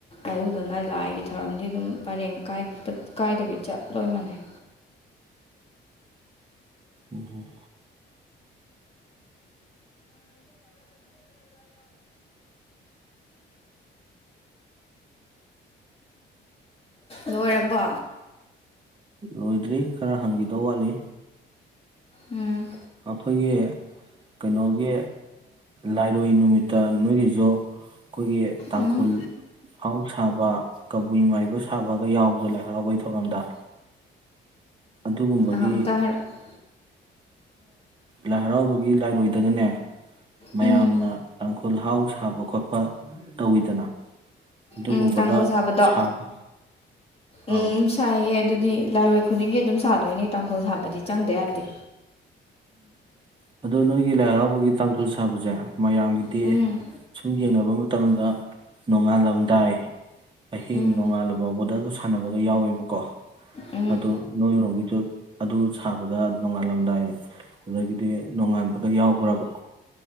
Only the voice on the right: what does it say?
ꯎꯝꯍꯝ
ꯂꯣꯏꯗ꯭ꯔꯤ ꯈꯔ ꯍꯪꯈꯤꯗꯧ ꯋꯥꯠꯂꯤ
ꯑꯩꯈꯣꯏꯒꯤ ꯀꯩꯅꯣꯒꯤ ꯂꯥꯏꯔꯣꯏ ꯅꯨꯃꯤꯠꯇ ꯅꯣꯏꯒꯤꯁꯨ ꯑꯩꯈꯣꯏꯒꯤ ꯇꯥꯡꯈꯨꯜ
ꯍꯥꯎ ꯁꯥꯕ ꯀꯕꯨꯏ ꯃꯥꯏꯕ ꯁꯥꯕꯒ ꯌꯥꯎꯕꯗꯣ ꯂꯥꯏ ꯍꯔꯥꯎꯕꯒꯤ ꯊꯧꯔꯝꯗ ꯑꯗꯨꯒꯨꯝꯕꯒꯤ
ꯂꯥꯏ ꯍꯔꯥꯎꯕꯒꯤ ꯂꯥꯏꯔꯣꯏꯗꯒꯅꯦ ꯃꯌꯥꯝꯅ
ꯇꯥꯡꯈꯨꯜ ꯍꯥꯎ ꯁꯥꯕ ꯈꯣꯠꯄ ꯇꯧꯋꯤꯗꯅ ꯑꯗꯨꯒꯨꯝꯕꯒ
ꯁꯥꯕ
ꯑꯥꯎ
ꯎꯝ ꯑꯗꯣ ꯅꯣꯏꯒꯤ ꯂꯥꯏ ꯍꯔꯥꯎꯕꯒꯤ ꯇꯥꯡꯈꯨꯜ ꯁꯥꯕꯁꯦ ꯃꯌꯥꯝꯒꯤꯗꯤ
ꯁꯨꯝ ꯌꯦꯡꯅꯕ ꯃꯇꯝꯗ ꯅꯣꯡꯉꯥꯜꯂꯝꯗꯥꯏ ꯑꯍꯤꯡ
ꯅꯣꯡꯉꯥꯜꯂꯐꯥꯎꯕꯗ ꯁꯥꯟꯅꯕꯒ ꯌꯥꯎꯋꯦꯕꯀꯣ
ꯑꯗꯣ ꯅꯣꯏꯔꯣꯝꯒꯤꯁꯨ ꯑꯗꯨ ꯁꯥꯕꯗ ꯅꯣꯡꯉꯥꯜꯂꯝꯗꯥꯏ ꯑꯗꯒꯤꯗꯤ ꯅꯣꯡꯉꯥꯟꯕꯒ ꯌꯥꯎꯈ꯭ꯔꯕ